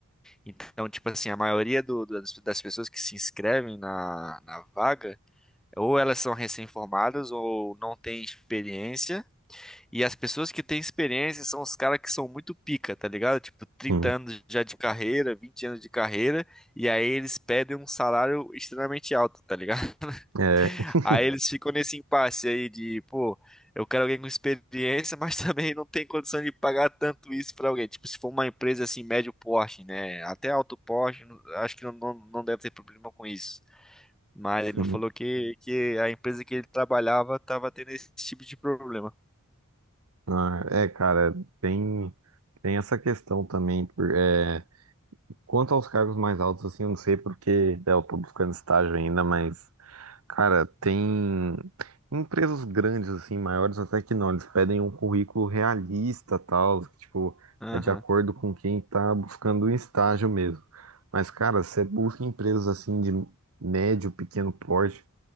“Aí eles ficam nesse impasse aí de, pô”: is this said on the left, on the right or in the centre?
Centre